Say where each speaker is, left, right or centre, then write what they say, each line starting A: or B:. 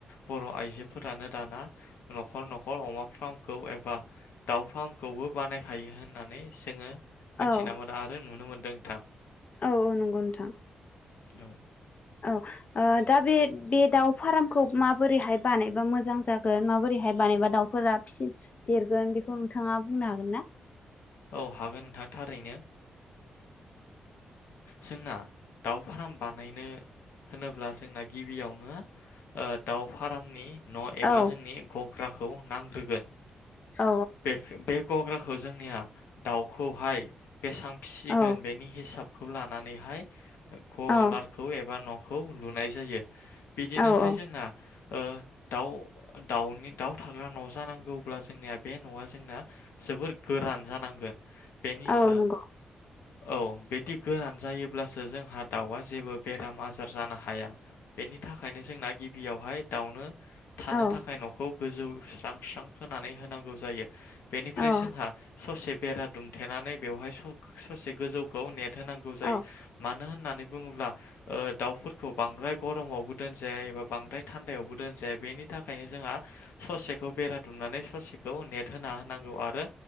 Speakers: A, on the left (about 80°); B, on the left (about 45°).
A: बर' आइजोफोरानो दाना न'खर न'खर अमा फार्मखौ एबा दाउ फार्मखौ खौबो बानायखायो होननानै जोङो
B: औ
A: मोनथिना मोनदों आरो नुनो मोनदों नोंथां
B: औ औ नंगौ नोंथां
A: औ
B: औ दा बे बे दाउ फार्मखौ माबोरैहाय बानायबा मोजां जागोन माबोरैहाय <unintelligible> बानायबा दाउफोरा फिसि देरगोन बेखौ नोंथाङा बुंनो हागोन ना?
A: औ हागोन नोंथां थारैनो। जोंना दाउ फार्म बानायनो होनोब्ला जोंना गिबियावनो ओ दाउ फार्मनि न' एबा
B: औ
A: जोंनि ग ग्राखौ नांग्रोगोन।
B: औ
A: बे बे गग्राखौ जोंनिया दाउखौहाय बेसां फिसिगोन
B: औ
A: बेनि हिसाबखौ लानानैहाय गलारखौ
B: औ
A: एबा न' खौ लुनाय जायो बिदिनोहाय
B: औ औ
A: जोंना ओ दाउ दाउनि दाउ थाग्रा न' जानांगौब्ला जोंनिया बे न'आ जोंना जोबोर गोरान जानांगोन बेनि
B: औ
A: ओ
B: नंगौ
A: औ बिदि गोरान जायोब्लासो जोंहा दाउआ जेबो बेराम आजार जानो हाया बेनि थाखायनो जोंना गिबियावहाय दाउनो थानो
B: औ
A: थाखाय न'खौ गोजौ स्रां स्रां होनानै होनांगौ जायो बेनिफ्राय
B: औ
A: जोंहा ससे बेरा दुमथेनानै बेवहाय सक ससे गोजौखौ नेट होनांगौ जायो
B: औ
A: मा नो होननानै बुङोब्ला ओ दाउफोरखौ बद्राय गरमावबो दोनजाया एबा बांद्राय थान्दायावबो दोन जाया बेनि थाखायनो जोंहा ससेखौ बेरा दुमनानै ससे खौ नेट होना होनांगौ आरो